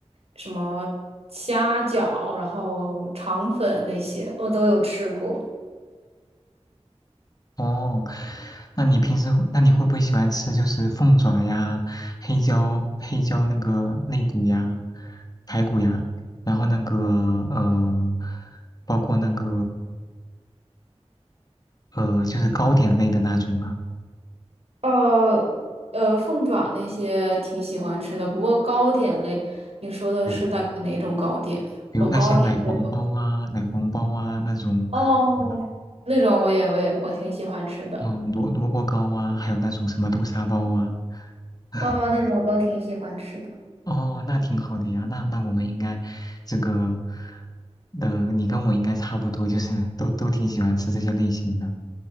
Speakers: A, on the right; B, on the left.
A: 什么虾饺，然后肠粉那些我都有吃过。
B: 哦，那你平时会那你会不会喜欢吃就是凤爪呀、黑椒、黑椒那个肋骨呀、排骨呀，然后那个呃，包括那个呃，就是糕点类的那种吧？
A: 呃呃，凤爪那些挺喜欢吃的，不过糕点类，你说的是大概哪种糕点呀？
B: 对，比如那些奶黄包啊、
A: 哦，糕点类我
B: 奶黄包啊那种，
A: 哦那种我也我也我挺喜欢吃的。
B: 对吧？嗯，萝萝卜糕啊，还有那种什么豆沙包啊。<laughs>
A: 哦，那种我都挺喜欢吃的。
B: 哦，那挺好的呀。那那我们应该这个，呃，你跟我应该差不多，就是 <laughs> 都都挺喜欢吃这些类型的。